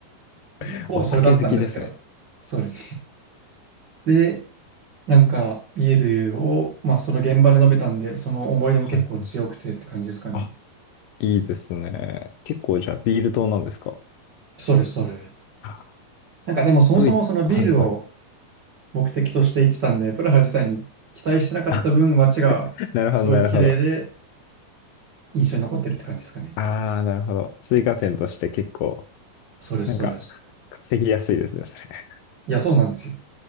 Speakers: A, on the left; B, on the right.
A: <laughs>
B: ほぼそれだったんですけど、
A: お酒好きですね。
B: そうです。で、なんか、ビールを、まあ、その現場で飲めたんで、その思い出も結構強くてって感じですかね。
A: はいはい。あ、いいですね。結構じゃあ、ビール党なんですか
B: そうです、そうです。
A: あ
B: なんか、でもそもそもそのビールを
A: ドイ、はいはい。
B: 目的として行ってたんで、プラハ自体に期待してなかった分、
A: あ、
B: 街がすごい綺麗で
A: なるほど、なるほど。
B: 印象に残ってるって感じですかね。
A: ああ、なるほど。追加点として結構、
B: そうです、
A: なんか、
B: そうです。
A: 稼ぎやすいですね、それ。
B: いや、そうなんですよ。